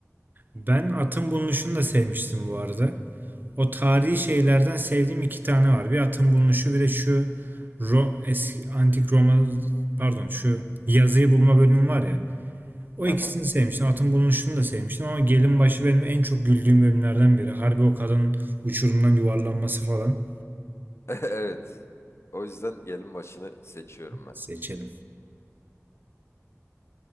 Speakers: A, on the right; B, on the left.
A: Ben Atın Bulunuşu'nu da sevmiştim bu arada. O tarihi şeylerden sevdiğim iki tane var. Bir atın bulunuşu bir de şu Ro eski, antik Roma pardon şu yazıyı bulma bölümü var ya. O
B: Hı
A: ikisini
B: hı.
A: sevmiştim. Atın bulunuşunu da sevmiştim ama Gelinbaşı benim en çok güldüğüm bölümlerden biri. Harbi o kadın uçurumdan yuvarlanması falan.
B: <laughs> Evet. O yüzden gelin başını seçiyorum ben.
A: Seçelim.